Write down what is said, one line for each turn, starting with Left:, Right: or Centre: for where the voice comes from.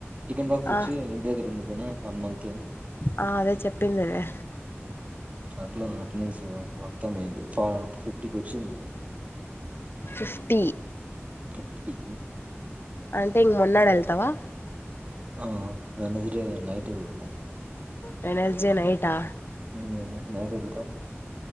Right: చికెన్ బాక్స్ వచ్చి
Left: ఆ
Right: ఇంటి దగ్గర ఉండి పోయినా వన్ మంత్
Left: ఆ అదే చెప్పిందిలే
Right: అట్లా ఆటన్నేన్స్ మొత్తం పోయింది ఫ ఫిఫ్టీకి వచ్చింది
Left: ఫిఫ్టీ
Right: ఫిఫ్టీ
Left: అంటే ఇంగ మొన్నాడేళ్తావా
Right: ఆ వెనస్డే నైట్ వెళ్లాలి
Left: వెనస్జే నైటా
Right: హుమ్ నైట్ ఎల్తా